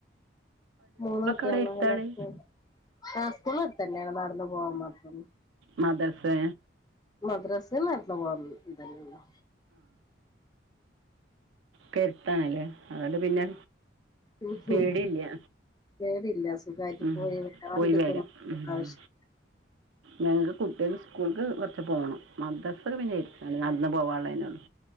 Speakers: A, on the left; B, on the right.
A: മൂന്നുട്ട്യോളാണ്ല്ലേ
B: അവിടെ എടുത്താണ്
A: <unintelligible> ടാ കൂള എട്തന്നെയാണ് നടന്ന് പോവാൻ മാത്രം
B: മദർസേ
A: മദ്രസ് നട്ന്ന് പോവാൻ ദൂ ഇതന്നെ ഒള്ളൂ
B: കെരുത്താണ്ല്ലേ അതുകൊണ്ട് പിന്നെ
A: ഉം
B: പേടില്ല്യ
A: ഉം. പേടില്ല സുഖായിട്ട്
B: ഉം
A: പോയി വരാം വണ്ടിക്കൊന്നും
B: പോയി വരാം ഉമ്മ്
A: ആവശ്യ
B: ഞങ്ങക്ക് കുട്ടിയേള് സ്കൂള്ക്ക് കൊറച്ച് പോണം മദ്രസ്സ് ഒക്കെ പിന്നെ എട്ത്താണ് നടന്ന് പോകാൻളെ എന്നനാണ്